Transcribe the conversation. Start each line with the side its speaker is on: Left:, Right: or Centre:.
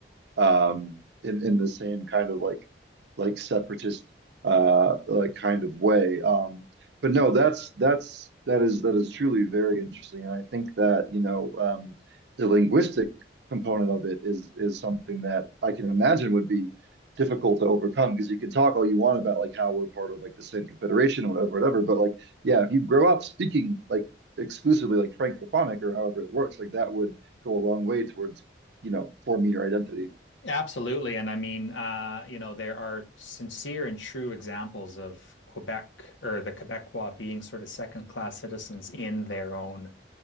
Right: um,
Left: Yeah.
Right: in in the same kind of like like separatist uh, like kind of way. Um, but no, that's that's that is that is truly very interesting, and I think that you know um, the linguistic component of it is is something that I can imagine would be difficult to overcome because you can talk all you want about like how we're part of like the same confederation or whatever, whatever. But like, yeah, if you grow up speaking like exclusively like Francophonic or however it works, like that would go a long way towards, you know, forming your identity.
Left: Absolutely. And I mean, uh, you know, there are sincere and true examples of Quebec or the Quebecois being sort of second class citizens in their own